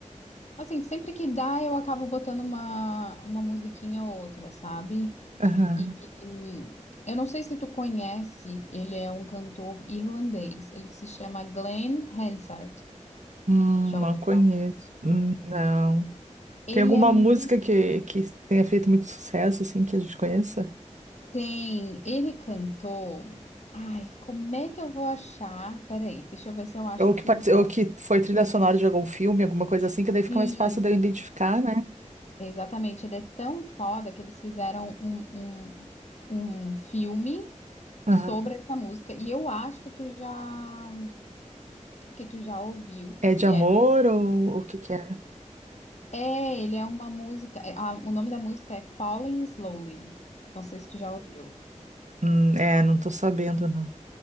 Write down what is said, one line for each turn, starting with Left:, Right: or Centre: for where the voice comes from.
Left: Assim, que sempre que dá, eu acabo botando uma, uma musiquinha ou outra, sabe?
Right: Aham.
Left: E hum, eu não sei se tu conhece, ele é um cantor irlandês. Ele se chama Glenn Hansard.
Right: Hum,
Left: Já
Right: não
Left: ouviu?
Right: conheço. Hum, Não.
Left: Ele
Right: Tem alguma
Left: é mu-
Right: música que, que tenha feito muito sucesso, assim, que a gente conheça?
Left: tem, ele cantou. Ai, como é que eu vou achar? Peraí, deixa eu ver se eu acho
Right: Ou
Left: aqui
Right: que, partici-
Left: o
Right: ou
Left: nome.
Right: que foi trilha sonora de algum filme, alguma coisa assim, que daí fica
Left: Sim,
Right: mais fácil de eu identificar, né?
Left: Exatamente, ele é tão foda que eles fizeram um, um, um filme
Right: Aham.
Left: sobre essa música. E eu acho que tu já que tu já ouviu.
Right: É de
Left: E
Right: amor
Left: é
Right: ou o que que é?
Left: É, ele é uma música. é, a- o nome da música é Falling Slowly. Não sei se tu já ouviu.
Right: Hum, é, não tô sabendo, não.